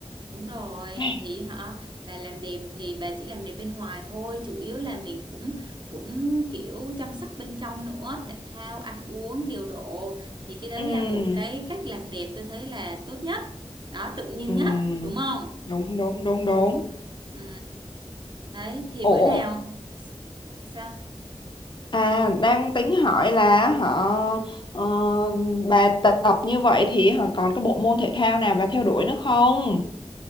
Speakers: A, on the right (about 40°); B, on the left (about 45°).
A: đúng rồi
B: Ai,
A: thì hả bà làm đẹp thì bà chỉ làm đẹp bên ngoài thôi chủ yếu là mình cũng cũng kiểu chăm sóc bên trong nữa thể thao ăn uống điều độ thì cái đấy
B: Ừ,
A: là một cái cách làm đẹp tôi thấy là tốt nhất đó tự nhiên
B: ừ,
A: nhất đúng không?
B: đúng đúng đúng đúng.
A: Ừ. Đấy thì
B: Ồ,
A: bữa nào sao?
B: à đang tính hỏi là họ ờ, bà tập như vậy thì họ còn cái bộ môn thể thao nào bà theo đuổi nữa không?